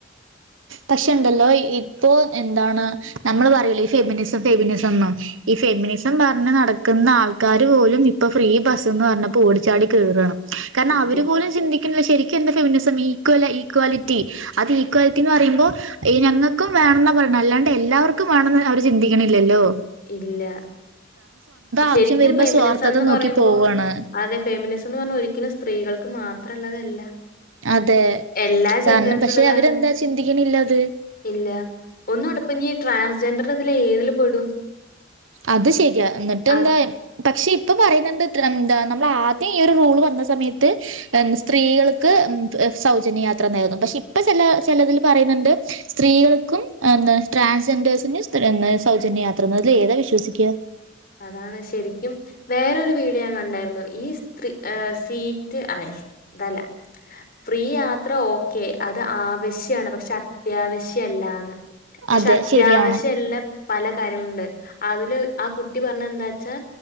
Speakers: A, on the right (about 85°); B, on the left (about 50°).
A: പഷേണ്ടല്ലോ ഇ ഇപ്പോ എന്താണ് നമ്മള് പറയുലെ ഈ ഫെമിനിസം ഫെമിനിസന്ന് ഈ ഫെമിനിസം പറഞ്ഞ് നടക്ക്‌ന്ന ന്ന ആൾക്കാര് പോലും ഇപ്പം ഫ്രീ ബസ്ന്ന് പറഞ്ഞപ്പോ ഓടിച്ചാടി കേറാണ് കാരണം
B: സത്യം
A: അവര് പോലും ചിന്തിക്ക്‌ന്നില്ല ശെരിക്കും എന്താ ഫെമിനസം ഈക്വല ഈക്വാലിറ്റി അത് ഇക്വാലിറ്റി ന്ന് പറയ്മ്പോ ഈ ഞങ്ങക്കും വേണന്നാ പറയണെ അല്ലാണ്ട് എല്ലാവർക്കും വേണന്ന് അവര് ചിന്തിക്ക്‌ണില്ലല്ലോ
B: ഇല്ല ശരിക്കും
A: ആവശ്യം വരുമ്പോ
B: ഫെമിനിസന്ന്
A: സ്വാർത്ഥത നോക്കി
B: പറയ്മ്പോ
A: പോവാണ്
B: അതെ ഫെമിനിസം എന്ന് പറഞ്ഞാ ഒരിക്കലും സ്ത്രീകൾ ക്ക് മാത്രം ള്ളതല്ല
A: അതെ
B: എല്ലാ ജെന്ററിനുള്ളതാണ്
A: കാരണം പക്ഷെ അവരെന്താ ചിന്തിക്കണില്ല അത്
B: ഇല്ല ഒന്നും <unintelligible> ഞ്ഞി ട്രാൻസ്ജെൻഡർ ഇതില് ഏതില് പെടും
A: അത് ശരിയാ എന്നിട്ട്
B: അ
A: എന്താ പക്ഷെ ഇപ്പൊ പറയ്ന്ന്ണ്ട് എന്താ നമ്മളാദ്യം ഈ ഒരു റൂൾ വന്ന സമയത്ത് സ്ത്രീകൾക്ക് സൗജന്യയാത്രന്നാന്നു പഷേ ഇപ്പ ചെല ചെലതിലും പറയ്ന്ന്ണ്ട് സ്ത്രീകൾക്കും എന്താ ട്രാൻസ്ജെൻഡേഴ്സിന് സ് എന്താ സൗജന്യ യാ ത്രാന്ന് അതിൽ ഏതാ വിശ്വസിക്കുക
B: അതാണ് ശെരിക്കും വേറൊരു വീഡിയോ ഞാൻ കണ്ടാരുന്നു ഈ സ്ത്രീ സീറ്റ് അയ് അതല്ല ഫ്രീ യാത്ര ഓക്കെ അത് ആവശ്യാണ് പഷേ അത്യാവശ്യ ശ്യല്ലാന്ന് പഷേ
A: അതെ
B: അത്യാവശ്യല്ല
A: ശരിയാണ്
B: പല കാര്യങ്ങള്ണ്ട് അതില് ആ കു കുട്ടി പറഞ്ഞ എന്താച്ചാ